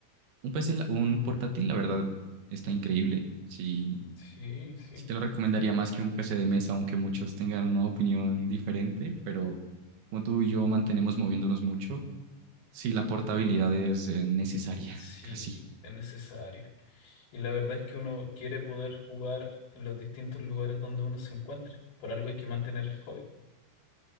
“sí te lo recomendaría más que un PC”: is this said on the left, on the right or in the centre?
Right